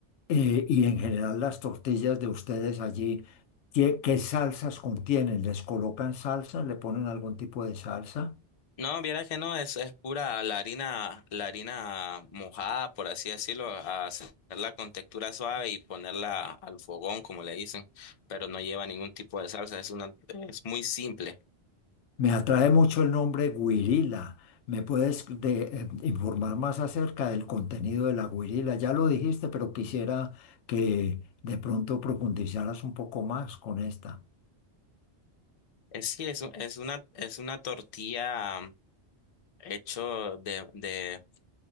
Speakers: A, on the left; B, on the left.
A: Eh, y en general las tortillas de ustedes allí, ¿qué, qué salsas contienen? ¿Les colocan salsa? ¿Le ponen algún tipo de salsa?
B: No, viera que no, es, es pura la harina, la harina mojada, por así decirlo, a hacerla con textura suave y ponerla al fogón, como le dicen, pero no lleva ningún tipo de salsa, es una, es muy simple.
A: Me atrae mucho el nombre guirila. ¿Me puedes de- eh, informar más acerca del contenido de la guirila? Ya lo dijiste, pero quisiera que de pronto profundizaras un poco más con esta.
B: Es sí, es, u- es una, es una tortilla mm, hecho de, de,